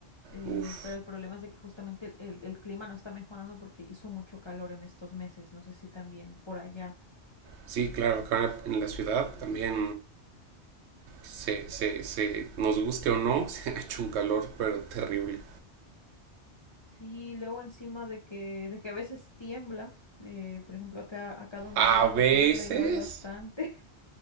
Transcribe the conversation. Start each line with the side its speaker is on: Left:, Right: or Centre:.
Left: eh,
Right: Uf.
Left: pero el problema es de que justamente el, el clima no está mejorando porque hizo mucho calor en estos meses. No sé si también por allá.
Right: Sí, claro, acá en la ciudad también se, se, se, nos guste o no, <laughs> se ha hecho un calor, pero terrible.
Left: Sí, luego encima de que, de que a veces tiembla, eh, por ejemplo, acá, acá donde
Right: A
Left: yo vivo
Right: veces
Left: tiembla igual bastante. <laughs>